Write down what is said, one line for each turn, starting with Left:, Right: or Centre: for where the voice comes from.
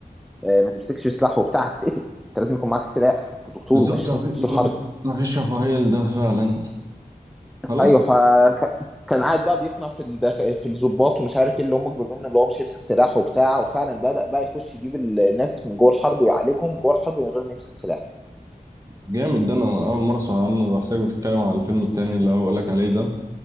Centre: آه، ما تمسكش سلاح وبتاع هتتقتل انت لازم يكون معاك سلاح انت دكتور
Right: بالظبط
Centre: وماشي في نص الحرب
Right: ما فيش رفاهية لده فعلا خلاص
Centre: ايوه فكان قاعد بقى بيقنع في الدخ... في الضباط ومش عارف ايه اللي هم اكبر منه اللي هو مش هيمسك سلاح وبتاع وفعلا بدأ بقى يخش يجيب ال- الناس من جوه الحرب ويعالجهم جوه الحرب من غير ما يمسك سلاح
Right: جامد ده انا اول مرة اسمع عنه بحسك بتتكلم على الفيلم التاني اللي هقول لك عليه ده